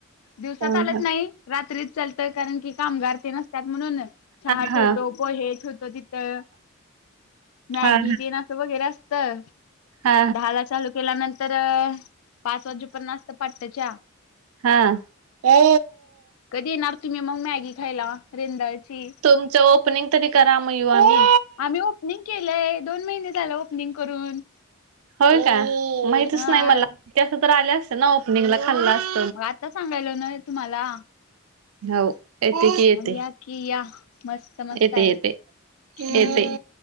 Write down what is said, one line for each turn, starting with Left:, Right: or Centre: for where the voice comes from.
Left: दिवसा
Right: हा
Left: चालत नाही रात्रीच चालतय कारण की कामगार तेन असत्यात म्हणून चहा
Right: हा
Left: ठेवतो पोहे ठेवतो तिथं मॅगी
Right: हा
Left: तेन वगैरे असतं
Right: हा
Left: दहा ला चालू केल्यानंतर पाच वाजेपर्यंत असतं पाटच्या
Right: हा ए
Left: कधी येणार तुम्ही मग मॅगी खायला रेंदाळची
Right: तुमच ओपनिंग तरी करा म यु आम्ही
Left: आम्ही ओपनिंग केलंय दोन महिने झालं ओपनिंग करून
Right: होय का माहितच
Left: हा
Right: नाही मला माहिती असतं तर आले असते ना ओपनिंगला खाल्लं असतं
Left: मग आता सांगायलोय ना तुम्हाला
Right: हो येते की येते
Left: मंग या की या मस्त मस्त
Right: येते
Left: आहे
Right: येते
Left: हम्म
Right: येते